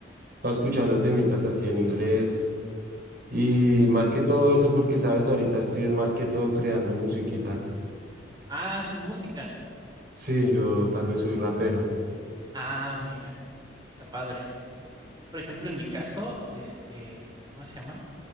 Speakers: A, on the right (about 55°); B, on the right (about 25°).
A: Estaba escuchando temitas así en inglés. Y más que todo eso, porque sabes, ahorita estoy es más que todo creando musiquita.
B: Ah, haces música.
A: Sí, yo también soy rapero.
B: Ah, mira, está padre. Por ejemplo, en mi
A: S-
B: caso, este, ¿cómo se llama?